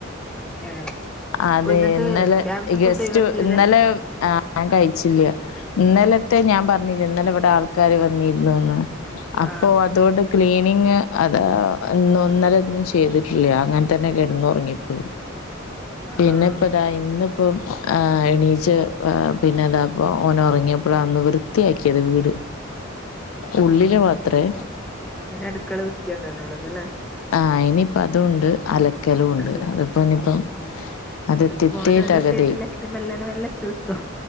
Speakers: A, in the centre; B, on the left.
A: ഏഹ്
B: അതെ
A: അപ്പൊ ഇന്നത്തെ
B: ഇന്നലെ
A: രാവിലത്തെ
B: ഗസ്റ്റ്
A: ഫുഡ് ഒഴിവാക്കിയത്
B: ഇന്നലെ ആഹ് ഞാൻ കഴിച്ചില്ല ഇന്നലത്തെ ഞാൻ പറഞ്ഞില്ല ഇന്നലെ ഇവിടെ ആൾക്കാര് വന്നിരുന്നുന്ന് അപ്പൊ
A: ആഹ്
B: അതുകൊണ്ട് ക്ലീനിങ് അതാ ഇന്നല ഒന്നും ചെയ്തിട്ടില്ല അങ്ങനെ തന്നെ കിടന്ന് ഉറങ്ങിപ്പോയി
A: ആഹ്
B: പിന്നെ ദാ ഇന്ന് ഇപ്പം ആഹ്‌ എണീച്ച് പിന്നെതാ ഓന ഉറങ്ങിയപ്പോഴ അന്ന് വൃ വൃത്തിയാക്കിയത് വീട് ഉള്ളില് മാത്രേ
A: പിന്നെ അടുക്കള വൃത്തിയാക്കാനുള്ളത് അല്ലേ
B: ആഹ് അയിനിയിപ്പ അതും ഉണ്ട് അലക്കലും ഉണ്ട്
A: അതും
B: അതിപ്പോ ഇനിയിപ്പം
A: ഉം
B: അത് തിത്തയ്
A: മോന് ഒരു
B: തകതയ്
A: സൈഡിലാക്കി മെല്ലനെ മെല്ലെ തീർത്തു